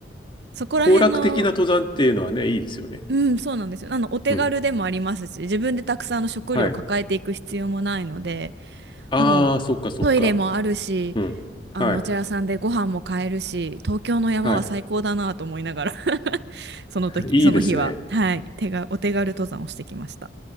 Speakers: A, on the right; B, on the left.
A: そこら辺の、
B: 行楽的な登山っていうのはね、いいですよね。
A: うん、そうなんですよ。あの、お手軽でもありますし、
B: うん。
A: 自分でたくさんの食料を抱えていく必要もないので、
B: はい。ああ、
A: もうトイレもあるし、
B: そっかそっか。うん。はい。
A: あの、お茶屋さんでご飯も買えるし、東京の山は最高だなと思いながら
B: はい。
A: <laughs> その時、
B: いいですね。
A: その日は、はい、手が、お手軽登山をしてきました。